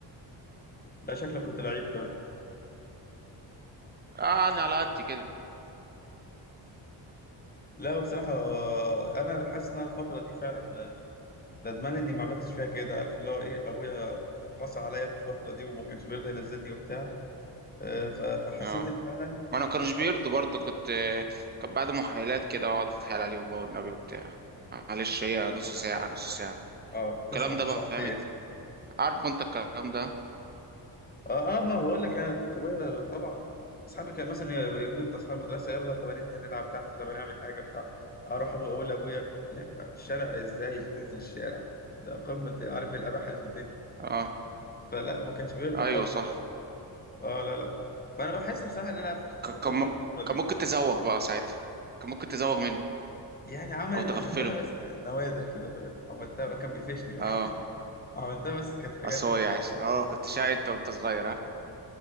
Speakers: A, on the left; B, on the right.
A: لا شكلك كنت لعيب كمان
B: اه يعني على قد كده
A: لا بصراحة آه، أنا حاسس إن أنا الفترة دي فعلا ندمان اني ما عملتش فيها كده عارف اللي هو ايه ابويا قاسى عليا في الفتره دي وما كانش بيرضى ينزلني وبتاع آه، ف- فحسيت
B: اه
A: ان فعلا
B: ما انا كانوش
A: اصحابي
B: بيرضوا برضه كنت كان بعد محايلات كده اقعد اتحايل عليهم بقى والنبي وبتاع آه، معلش هي نص ساعة نص ساعة
A: اه
B: الكلام
A: بتصحى
B: ده
A: في
B: بقى
A: ساعتين
B: فهمت عارف انت الكلام ده
A: اه اه ما بقول لك انا كنت ابويا طبعا اصحابي كان مثلا يجيب اصحاب المدرسه يلا طب هننزل نلعب تحت طب هنعمل حاجه بتاع اروح ابويا اقول لابويا لا الشارع ازاي تنزل الشارع ده قمه عارف الاباحه اللي في الدنيا
B: اه
A: فلا ما كانش بيرضى
B: ايوه
A: خالص
B: صح
A: اه لا لا فانا بحس بصراحه ان انا فق- افتقدت
B: ك- كان م-
A: الفتره دي
B: كان ممكن تزوغ بقى ساعتها كان ممكن تزوغ منه
A: يعني عملت
B: او
A: عملتها
B: تغفله
A: بس نوادر كده فاهم عملتها كان بيقفشني <laughs>
B: اه
A: عملتها بس كانت حاجات
B: اصل هو
A: نادرة
B: يعني اه كنت شقي انت وانت صغير ها